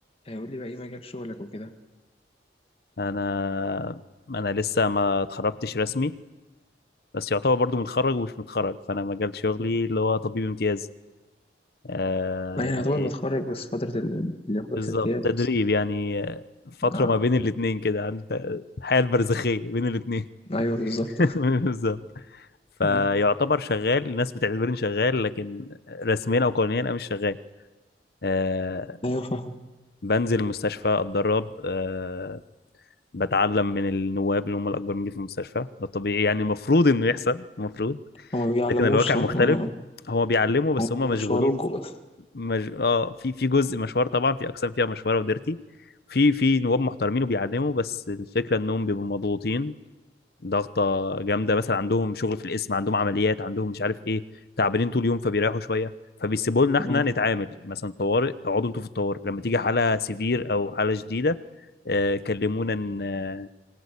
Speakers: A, on the left; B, on the left.
A: هيقول لي بقى ايه مجال شغلك وكده
B: انا انا لسه ما اتخرجتش رسمي بس يعتبر برضو متخرج ومش متخرج فانا مجال شغلي اللي هو طبيب امتياز آه
A: ما يعني
B: يعني
A: يعتبر متخرج بس فترة ال- اللي هو
B: بالظبط
A: الامتياز
B: تدريب
A: بس
B: يعني آه، فترة
A: اه
B: ما بين الاتنين كده عند الحياة البرزخية بين الاتنين
A: ايوه بالظبط
B: <laughs>
A: <laughs>
B: بالظبط فيعتبر
A: مم.
B: شغال الناس بتعتبرني شغال لكن رسميا او قانونيا انا مش شغال آه
A: ايوه فاهم.
B: بنزل المستشفى اتدرب آه بتعلم من النواب اللي هم الاكبر مني في المستشفى ده طبيعي يعني المفروض انه يحصل المفروض
A: هما ما بيعلموش
B: لكن الواقع
A: صح
B: مختلف
A: آه.
B: هو بيعلموا بس
A: هما
B: هم
A: بيشوروكوا
B: مشغولين
A: بس
B: مج... اه في في جزء مشوار طبعا في اقسام فيها مشوره وديرتي في في نواب محترمين وبيعلموا بس الفكره انهم بيبقوا مضغوطين ضغطه جامده مثلا عندهم شغل في القسم عندهم عمليات عندهم مش عارف ايه تعبانين طول اليوم فبيريحوا شويه فبيسيبوا لنا احنا
A: آه.
B: نتعامل مثلا طوارئ اقعدوا انتوا في الطوارئ لما تيجي حاله سيفير او حاله شديده آه كلمونا ن- آه